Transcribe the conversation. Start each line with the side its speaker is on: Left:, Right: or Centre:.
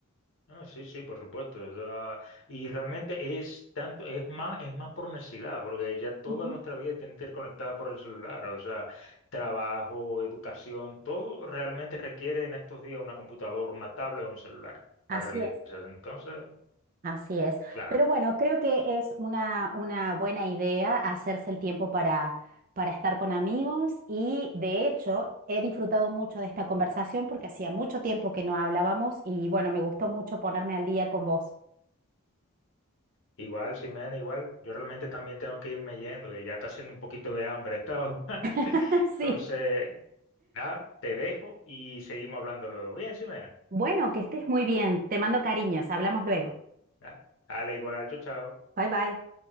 Left: Ah, sí, sí, por supuesto. o sea, y realmente es tanto, es más, es más por necesidad, porque ya toda
Right: Ujú.
Left: nuestra vida tiene que ir conectada por el celular. O sea, trabajo, educación, todo realmente requiere en estos días una computadora, una tablet o un celular
Right: Así
Left: para realizarse.
Right: es,
Left: Entonces,
Right: así es.
Left: claro,
Right: Pero bueno, creo que es una, una buena idea hacerse el tiempo para, para estar con amigos y de hecho he disfrutado mucho de esta conversación porque hacía mucho tiempo que no hablábamos y bueno, me gustó mucho ponerme al día con vos.
Left: igual, Ximena, igual, yo realmente también tengo que irme yendo, que ya está haciendo un poquito de hambre esta hora. <laughs>
Right: <laughs>
Left: Entonces,
Right: Sí.
Left: nada, te dejo y seguimos hablando luego. Bien, Ximena.
Right: Bueno, que estés muy bien. Te mando cariños. Hablamos luego.
Left: Da- Dale, igual, chao, chao.
Right: Bye bye.